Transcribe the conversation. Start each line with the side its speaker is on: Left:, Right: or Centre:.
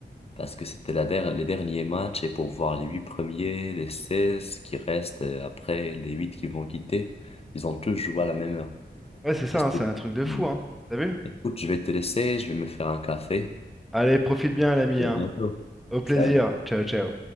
Left: parce que c'était la der- les derniers matchs et pour voir les huit premiers, les 16 qui restent euh, après, les huit qui vont quitter, ils ont tous joué à la même heure.
Centre: Ouais, c'est ça,
Left: Et c'est-
Centre: hein, c'est un truc de fou,
Left: Mm.
Centre: hein. T'as vu?
Left: Écoute, je vais te laisser, je vais me faire un café.
Centre: Allez, profite bien, l'ami,
Left: Et
Centre: hein.
Left: à bientôt.
Centre: Au plaisir.
Left: Salut.
Centre: Ciao, ciao.